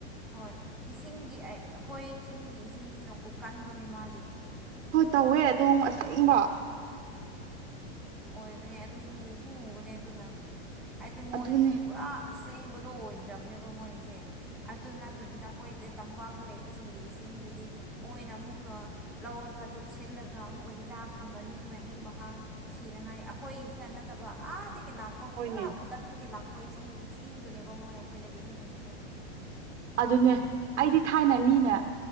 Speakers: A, in the centre; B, on the right.
A: ꯍꯣꯏ ꯏꯁꯤꯡꯒꯤ ꯑꯩꯈꯣꯏ ꯆꯤꯡꯒꯤ ꯏꯁꯤꯡꯁꯤꯅꯀꯨ ꯀꯟꯕꯅꯦ ꯃꯥꯒꯤ
B: ꯍꯣꯏ ꯇꯧꯋꯦ ꯑꯗꯣ ꯑꯁꯛꯦꯡꯕ
A: ꯑꯣꯏꯕꯅꯦ ꯑꯗꯨꯁꯨ ꯃꯨꯁꯨ ꯃꯨꯕꯅꯦ ꯑꯗꯨꯅ ꯍꯥꯏꯗꯤ ꯃꯣꯏꯒꯤꯁꯦ
B: ꯑꯗꯨꯅꯦ
A: ꯄꯨꯔꯥ ꯑꯁꯦꯡꯕꯗꯣ ꯑꯣꯏꯈ꯭ꯔꯕꯅꯦꯕ ꯃꯣꯏꯁꯦ ꯑꯗꯨ ꯅꯠꯇꯕꯤꯗ ꯑꯩꯈꯣꯏꯗ ꯇꯝꯄꯥꯛꯇ ꯂꯩꯕꯁꯤꯡꯒꯤ ꯏꯁꯤꯡ ꯁꯤꯡꯁꯤꯗꯤ ꯃꯣꯏꯅ ꯑꯃꯨꯛꯀ ꯂꯧꯔꯒ ꯆꯨꯞꯁꯤꯜꯂꯒ ꯑꯃꯨꯛꯀ ꯍꯤꯗꯥꯛ ꯊꯝꯕꯅꯤ ꯃꯍꯤꯛ ꯃꯍꯥꯡ ꯁꯤꯅꯉꯥꯏ ꯑꯩꯈꯣꯏꯒꯤꯁꯤꯅ ꯅꯠꯇꯕ ꯑꯥꯗꯒꯤ ꯂꯥꯛꯄ
B: ꯍꯣꯏꯅꯦ
A: ꯄꯨꯔꯥ ꯈꯨꯗꯛꯇꯒꯤ ꯂꯥꯛꯄ ꯣꯏ ꯏꯁꯩ ꯏꯁꯤꯡꯗꯨꯅꯦꯕ ꯃꯣꯏ ꯑꯩꯈꯣꯏꯅ ꯁꯤꯖꯤꯟꯅꯔꯤꯁꯦ
B: ꯑꯗꯨꯅꯦ ꯑꯩꯗꯤ ꯊꯥꯏꯅ ꯃꯤꯅꯦ